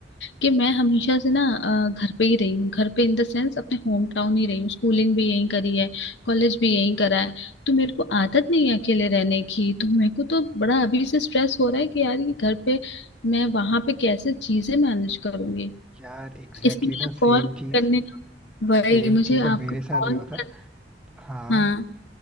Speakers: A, on the left (about 85°); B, in the centre.
A: कि मैं हमेशा से ना अ, घर पे ही रही हूँ घर पे इन द सेंस अपने होम टाउन ही रही हूँ स्कूलिंग भी यहीं करी है कॉलेज भी यहीं करा है तो मेरे को आदत नहीं है अकेले रहने की तो मेरे को तो बड़ा अभी से स्ट्रेस हो रहा है कि यार ये घर पे मैं वहां पे कैसे चीजें मैनेज करूंगी
B: यार एग्जैक्टली
A: इसलिए
B: exactly
A: मैं
B: ना
A: कॉल
B: सेम चीज
A: करने का वही
B: सेम
A: मुझे
B: चीज
A: आपको
B: ना मेरे
A: कॉल
B: साथ भी होता
A: कर
B: हाँ
A: हाँ